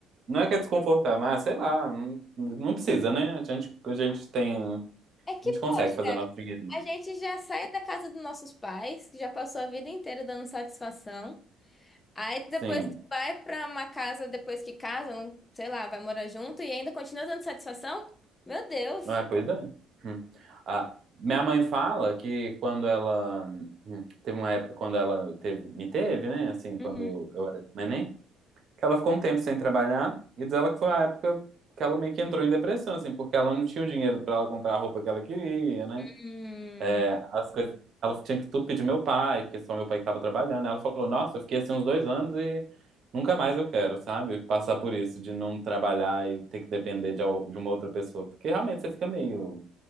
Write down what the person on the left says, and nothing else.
é que,
poxa,
a gente já sai da casa dos nossos pais, que já passou a vida inteira dando satisfação. Aí
depois tu vai pra uma casa, depois que casa, não- sei lá, vai morar junto e ainda continua dando satisfação? Meu Deus!
Uhum.
Hum.